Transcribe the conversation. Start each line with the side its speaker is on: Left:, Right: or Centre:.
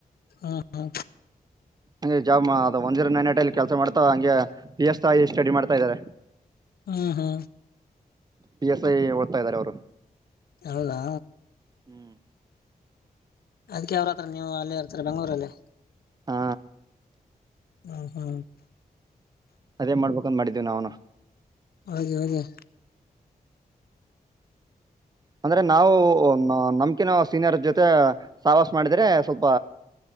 Left: ಹ್ಮ ಹಾ
Right: ಹಗೆ ಜಾಬ್ ಅದು ಒನ್ ಜೀರೋ ನೈನ್ ಏಟ್ ಅಲ್ಲಿ ಕೆಲಸ ಮಾಡ್ತಾ ಹಂಗೆ ಪಿ ಎಸ್ ತಾಯಿ ಸ್ಟಡಿ ಮಾಡ್ತಾ ಇದಾರೆ
Left: ಹಾ ಹಾ
Right: ಪಿ ಎಸ್ ಐ ಓದ್ತಾ ಇದಾರೆ ಅವರು
Left: ಹೌದಾ
Right: ಹ್ಮ್
Left: ಅದ್ಕ್ಕೆ ಅವ್ರತ್ರ ನೀವು ಅಲ್ಲೇ ಇರ್ತರ ಬೆಂಗಗಳೂರಲ್ಲಿೇ
Right: ಹಾ
Left: ಹ ಹಾ
Right: ಅದೇ ಮಾಡ್ಬೇಕಂತ ಮಾಡಿದ್ದೀವಿ ನ್ನ
Left: ಹೌದೆ ಹದೆ
Right: ಅಂದ್ರೆ ನಾವು ನಮ ಅ ನಾವು ಸೀನಿಯರ್ ಜೊತೆ ಸವಾಸ ಮಾಡಿದ್ರೆ ಸ್ವಲ್ಪ